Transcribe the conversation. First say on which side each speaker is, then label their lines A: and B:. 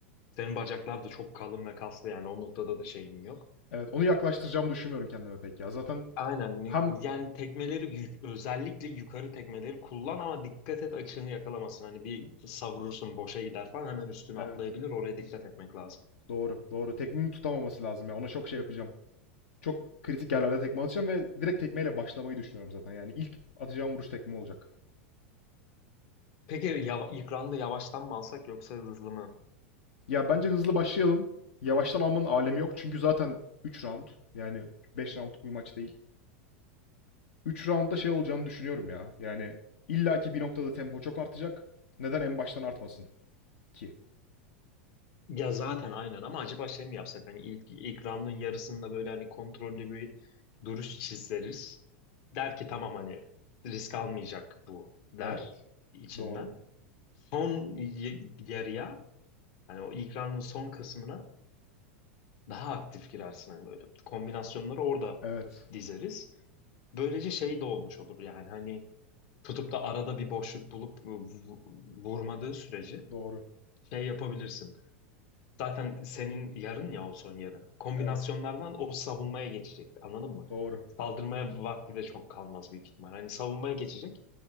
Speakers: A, on the left (about 55°); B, on the left (about 75°).
A: senin bacaklar da çok kalın ve kaslı yani o noktada da şeyim yok.
B: Evet. Onu yaklaştıracağımı düşünmüyorum kendime pek ya. Zaten
A: Aynen. Ni-
B: hem
A: Yani tekmeleri yük- özellikle yukarı tekmeleri kullan ama dikkat et açığını yakalamasın. Hani bir savrursun boşa gider falan hemen üstüne
B: evet.
A: atlayabilir. Oraya dikkat etmek lazım.
B: Doğru, doğru. Tekmeyi tutamaması lazım ya. Ona çok şey yapacağım. Çok kritik yerlerde tekme atacağım ve direkt tekmeyle başlamayı düşünüyorum zaten. Yani ilk atacağım vuruş tekme olacak.
A: Peki yava, ilk round'u yavaştan mı alsak yoksa hızlı mı?
B: Ya bence hızlı başlayalım. Yavaştan almanın alemi yok. Çünkü zaten 3 round. Yani 5 roundluk bir maç değil. 3 roundda şey olacağını düşünüyorum ya. Yani illaki bir noktada tempo çok artacak. Neden en baştan artmasın ki?
A: Ya zaten aynen ama acaba şey mi yapsak? Hani ilk, ilk round'un yarısında böyle hani kontrollü bir duruş çizeriz. Der ki tamam hani risk almayacak bu der
B: Evet,
A: içinden.
B: doğru.
A: Son y- yarıya hani o ilk round'un son kısmına daha aktif girersin hani böyle kombinasyonları orada
B: Evet,
A: dizeriz. Böylece şey de olmuş olur yani hani tutup da arada bir boşluk bulup vu- vu- vurmadığı sürece
B: doğru.
A: şey yapabilirsin. Zaten senin yarın ya o son yarı. Kombinasyonlardan
B: Evet,
A: o savunmaya geçecek. Anladın mı?
B: doğru.
A: Saldırmaya vakti de çok kalmaz büyük ihtimal. Hani savunmaya geçecek.